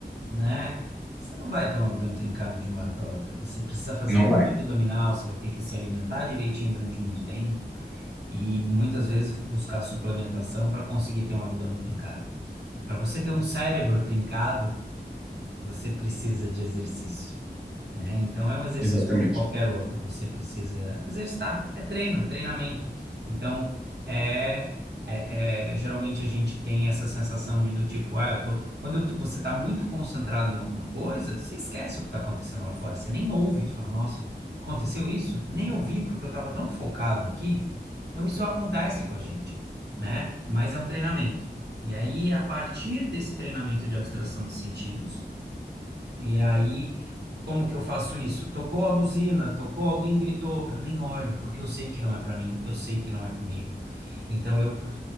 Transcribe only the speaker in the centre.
Não
vai,
exatamente.